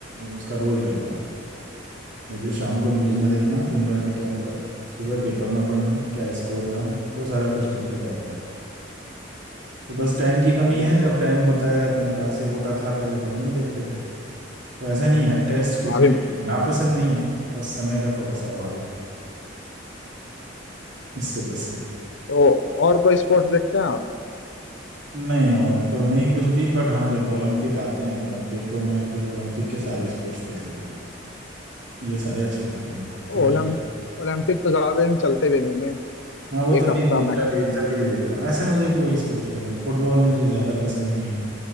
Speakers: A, on the right; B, on the left.
A: उसका रोज लेता हूँ मुझे शाम को न्यूज़ में देखना दिन भर में क्या हुआ सुबह पेपर में पढ़ना क्या स्कोर रहा वो सारा कुछ मेरे को रहता है तो बस टाइम की कमी
B: ओहो।
A: है जब टाइम होता है अपने पास या होता था पहले तब हम भी देखते थे तो ऐसा नहीं है टेस्ट क्रिकेट
B: अभी
A: नापसंद नहीं है बस समय का थोड़ा सा अभाव है इस वजह से
B: तो और कोई स्पोर्ट्स देखते हैं आप
A: नहीं और तो नहीं कुछ भी बट हाँ जब ओलंपिक आते हैं ओलंपिक तो मैं फिर ओलंपिक के सारे स्पोर्ट्स देख लेता हूँ मुझे सारे अच्छे लगते हैं वो छोटे
B: ओलम
A: छोटे
B: ओलंपिक तो ज्यादा दिन चलते भी नहीं है
A: हाँ वो
B: एक
A: तभी
B: हफ्ता मैक्सिमम
A: तभी तभी देखता हूँ ऐसे मुझे कोई स्पोर्ट्स पसंद फुटबॉल मुझे ज़्यादा पसंद नहीं है